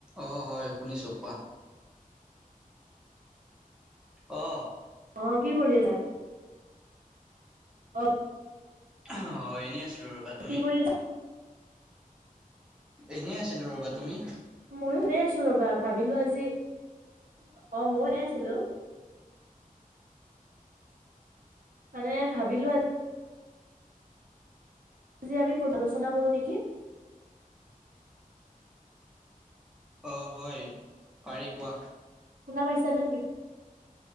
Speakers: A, in the centre; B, on the right.
A: অ হয় শুনিছোঁ কোৱা অ
B: অ কি কৰিা অ
A: হয় এনে আছে ৰ'বা তুমি
B: কি কৰি
A: এনেই আছিলো ৰ'বা তুমি
B: ময়ো এনে আছো ৰবা ভাবিলো আজি অ ময়ো এনে আছিলো মানে ভাবিলো আজি আজি আমি পালোচনা কৰোঁ নেকি
A: অ হয় পাৰি কোৱা
B: শ ন পাইছা নি